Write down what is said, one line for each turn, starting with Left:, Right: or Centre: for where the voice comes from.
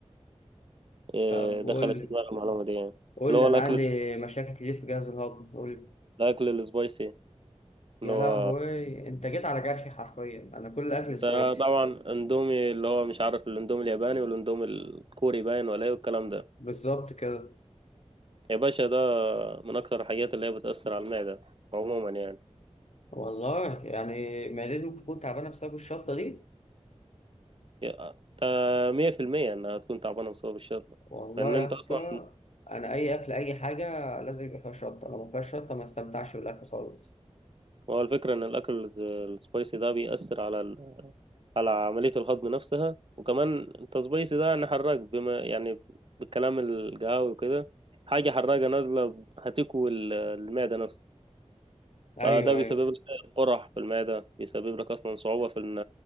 Right: فدخلت
Left: طب قول لي
Right: في دماغي المعلومة دي يعني
Left: قول
Right: اللي هو
Left: لي
Right: الأكل
Left: أنا عندي مشاكل كتير في جهاز الهضم قول لي
Right: الأكل السبايسي اللي
Left: يا
Right: هو
Left: لهوي انت جيت على جرحي حرفيا انا كل اكل
Right: ده
Left: سبايسي
Right: طبعا اندومي اللي هو مش عارف الاندومي الياباني والاندومي الكوري باين ولا ايه والكلام ده
Left: بالظبط كده
Right: يا باشا ده من اكتر الحاجات اللي هي بتأثر على المعدة عموما يعني
Left: والله يعني معدتي ممكن تكون تعبانه بسبب الشطه دي
Right: يا- تا- مية في المية انها تكون تعبانة بسبب الشطة
Left: والله
Right: لان
Left: يا
Right: انت
Left: اسطى
Right: اصلا
Left: انا اي اكل اي حاجه لازم يبقى فيها شطه لو ما فيهاش شطه ما استمتعش بالاكل خالص
Right: هو الفكرة ان الاكل السبايسي ده بيأثر على ال... على عملية الهضم نفسها وكمان انت سبايسي ده يعني حراق بما يعني بالكلام القهاوي وكده حاجة حراقة نازلة هتكوي ال- المعدة
Left: ايوه
Right: فده بيسبب
Left: ايوه
Right: لك قرح في المعدة بيسبب لك أصلا صعوبة في إن